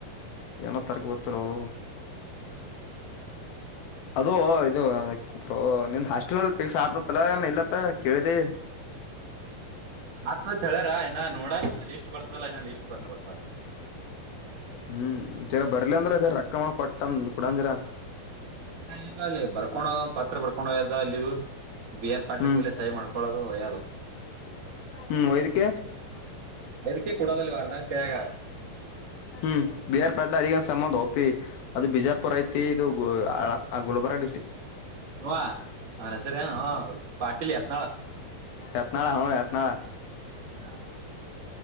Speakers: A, on the left; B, on the right.
A: ಏನ ತರಕ ಗೊತ್ತಲವು
B: ಏನು
A: ಅದು ಇದು ಅದಕ್ಕಂತ ನಿಂದ್ ಹಾಸ್ಟೆಲ್ ಅಲ್ಲಿ ಕ್ಸ್ ಆತತ್ತಲ ಇಲ್ಲತ್ತ ಕೇಳಿದಿ
B: <inaudible> ಮತ್ತ್ ಹೇಳ್ಯರ ಇನ ನೋಡ ಇನ್ನ ಲಿಸ್ಟ್ ಬರ್ತಲ್ಲ ಇನ್ನ ಲಿಸಸ್ ಬರ್ ಗತ್ತತ್
A: ಹ್ಮ್ ಜರ ಬರ್ಲಿ ಅಂದ್ರರ ರೊಕ್ಕ ಕೊಟ್ಟಮ ಕುಡಜರ
B: ಇಲ್ಲ ಅಲ್ಲಿ ಬರ್ಕೊಂಡದಂದ್ ಪತ್ರ ಬರ್ಕೊಂಡ ಹಕೊಂಡ ಅಲ್ಲಿ ಬಿ ಆರ್ ಪಾಡ್ಲಿಕ್ಕೆಲ್ಲ
A: ಹ್ಮ್
B: ಸಹ ಮಾಡ್ಕೊಳ್ಳೋದು ಒಯ್ಯದವು
A: ಹ್ಮ್ <inaudible>
B: ಬದಕೇ ಕುಡಾದಲ್ಲಿ ವರಣ ಕೇಗ
A: ಹ್ಮ್ ಬಿಹಾರ್ ಪಾಟ್ಲ ಅಗನ್ ಸಂಬಂ ಹಪಿ ಅದು ಬಿಜಾ ಪುರಐತಿ ಇದು ಅ ಗುಲಬುರ ಡಿಸ್ಟ್ರಿಕ್ಟ್
B: ನೀವ ಅನಸರ ಏನು ಪಾಟೀಲಿ ಹತ್ನಾಳ
A: ಯತ್ನಾಳ ಹ ಯತ್ನಾಳ
B: ಹ್ಮ